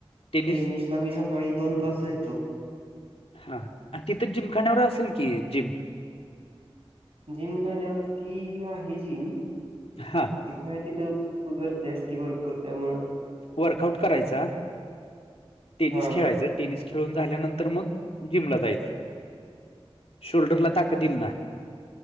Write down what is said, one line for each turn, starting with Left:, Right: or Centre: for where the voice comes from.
Left: टेनिस
Right: टेनिसला मी सकाळी दोन तास जायचो
Left: हा तिथं जिमखान्यावर असेल की जिम
Right: जिमखान्यावरती आहे जिम
Left: हा
Right: त काय तिथं गर्दी असती भरपूर त्यामुळं
Left: वर्कआउट करायचा टेनिस
Right: हा
Left: खेळायचं टेनिस खेळून झाल्यानंतर मग जिमला जायचं शोल्डरला ताकत दिल ना